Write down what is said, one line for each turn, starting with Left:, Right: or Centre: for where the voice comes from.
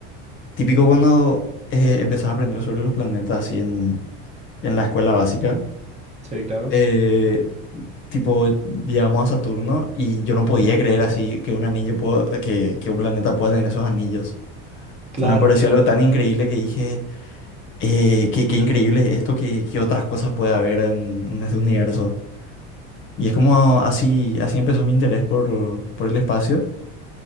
Left: Típico cuando eh, empezás a aprender sobre los planetas así en, en la escuela básica,
Right: sí, claro.
Left: eh, tipo llegamos a Saturno y yo no podía creer así que un anillo pueda- que, que un planeta pueda tener esos anillos.
Right: Claro,
Left: O sea, me pareció
Right: claro.
Left: algo tan increíble que dije, eh, qué, qué increíble es esto, qué, qué otras cosas puede haber en, en este universo. Y es como así, así empezó mi interés por, por el espacio.